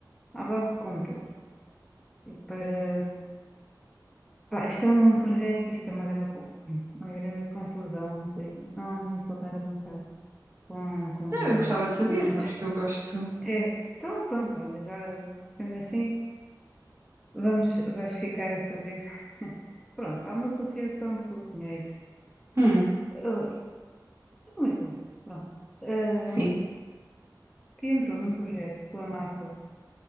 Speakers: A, in the centre; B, on the right (about 35°).
A: à base de compras. E para, pá, isto é um projeto, isto é uma grande, con- uma grande confusão, não sei, não, não vou estar amassado com, com,
B: não, eu gostava de saber,
A: com muitos.
B: sabes que eu gosto.
A: É, então pronto, olha, já sendo assim. Vamos, vais ficar a saber. <laughs> Pronto, há uma associação de cozinheiros,
B: Hum,
A: eh, não é pronto, eh,
B: sim,
A: que entrou num projeto com a Macro.